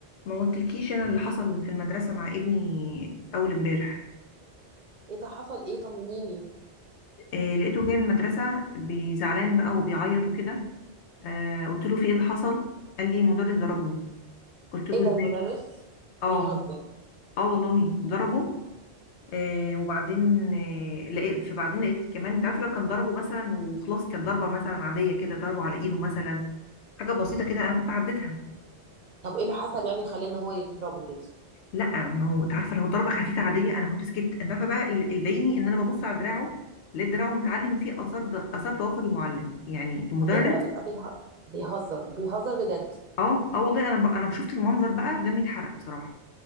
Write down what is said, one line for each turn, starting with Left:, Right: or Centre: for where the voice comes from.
Left: ما قلتلكيش انا اللي حصل في المدرسه مع ابني اول امبارح
Right: ايه ده حصل ايه طمنيني
Left: آه لقيته جاي من المدرسه بزعلان بقى وبيعيط وكده آه قلت له في ايه اللي حصل قال لي المدرس ضربني قلت له
Right: ايه ده
Left: ازاي
Right: المدرس
Left: اه
Right: بيهزر
Left: اه والله ضربه آه وبعدين آه لقيت فبعدين لقيت كمان انت عارف لو كان ضربه مثلا وخلاص كانت ضربه مثلا عاديه كده ضربه على ايده مثلا حاجه بسيطه كده انا كنت عديتها
Right: طب ايه اللي حصل يعني خلاه ان هو يضربه كده
Left: لا ما هو انت عارفه لو ضربه خفيفه عاديه انا كنت سكت انت عارفه بقى ال- اللي ضايقني ان انا ببص على دراعه لقيت دراعه متعلم فيه اثار ض- اثار ضوافر المعلم يعني المدرس
Right: ايه ده بيه- بيهزر بيهزر بجد
Left: اه اه والله انا ب... انا شفت المنظر بقى دمي اتحرق بصراحه